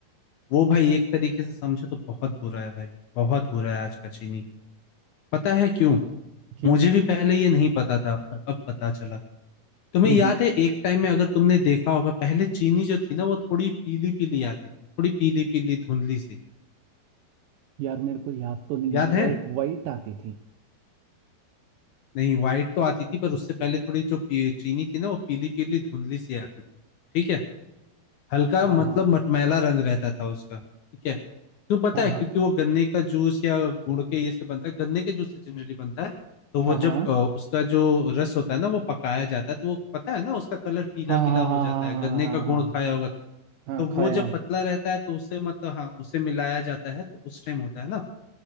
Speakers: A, on the left (about 70°); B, on the right (about 80°).
A: वो भाई एक तरीके से समझो तो बहुत बुरा है भाई बहुत बुरा है आज का चीनी पता है क्यों
B: क्यों
A: मुझे भी पहले ये नहीं पता था पर अब पता चला तुम्हें
B: हम्म
A: याद
B: हम्म।
A: है एक टाइम में अगर तुमने देखा होगा पहले चीनी जो थी ना वो थोड़ी पीली पीली आती थी थोड़ी पीली पीली धुंधली सी
B: यार मेरे को याद तो नहीं
A: याद
B: है वाइट
A: है
B: वाइट आती थी
A: नहीं व्हाइट तो आती थी पर उससे पहले थोड़ी जो पी- चीनी थी ना वो पीली पीली धुंधली सी आती थी ठीक है हल्का
B: हाँ
A: मतलब
B: हाँ
A: मटमैला रंग रहता था उसका ठीक है क्यों पता
B: हाँ
A: है क्योंकि वो गन्ने का जूस या गुड़ के ये से बनता है गन्ने के जूस से जनरली बनता है तो वो
B: हाँ हाँ
A: जब अ, उसका जो रस होता है ना वो पकाया जाता है तो वो पता है ना उसका कलर पीला
B: हाँ
A: पीला
B: हाँ हाँ
A: हो जाता
B: हाँ
A: है गन्ने
B: हाँ हाँ
A: का
B: हाँ हाँ
A: गुण खाया होगा
B: हाँ,
A: तो
B: हाँ,
A: वो
B: खाया
A: जब
B: है
A: पतला रहता है तो उससे मतलब हाँ उसे मिलाया जाता है तो उस टाइम होता है ना